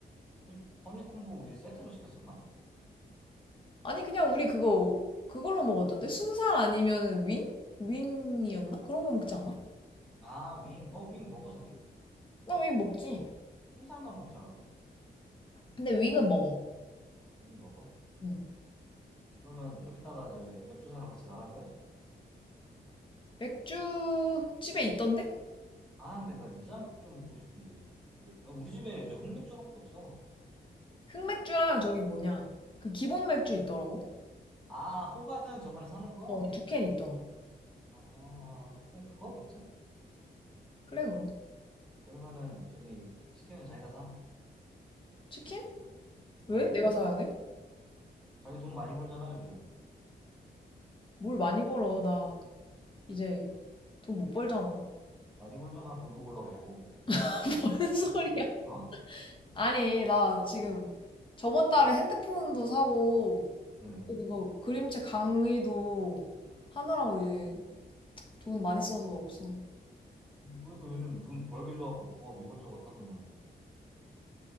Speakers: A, in the centre; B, on the left.
A: 허니, 허니 콤보 우리 세트로 시켰었나?
B: 아니, 그냥 우리 그거, 그걸로 먹었던데? 순살 아니면 윙? 윙이었나? 그런 거 먹지 않아?
A: 아, 윙. 어, 윙 먹어, 자기?
B: 나 윙 먹지.
A: 흰살만 먹잖아, 거의.
B: 근데 윙은 먹어.
A: 윙 먹어?
B: 응.
A: 그러면 좀 이따가 이제 맥주 사러 같이 나갈 거야?
B: 맥주, 집에 있던데?
A: 아, 근데 나 유자 맥주 먹고 싶은데. 맥- 아, 우리 집에 저 흑맥주밖에 없어.
B: 흑맥주랑 저기 뭐냐. 그 기본 맥주 있더라고.
A: 아, 호가든 저번에 사놓은 거?
B: 어, 두캔 있더라.
A: 아, 그래, 그거 먹자.
B: 그래, 그럼.
A: 그러면은 저기 치킨은 자기가 사.
B: 치킨?
A: 응.
B: 왜? 내가 사야 돼?
A: 자기 돈 많이 벌잖아, 요즘.
B: 뭘 많이 벌어. 나 이제 돈 못 벌잖아.
A: 많이 벌잖아, 돈또 올라갔고.
B: <laughs> 뭔 소리야?
A: 어?
B: 아니, 나 지금 저번 달에 핸드폰도 사고,
A: 응.
B: 그거 그림책 강의도 하느라고 이제 돈 많이 써서 없어.
A: 그래도 요즘 눈 벌게 좋아갖고 부업 이것저것 하더만.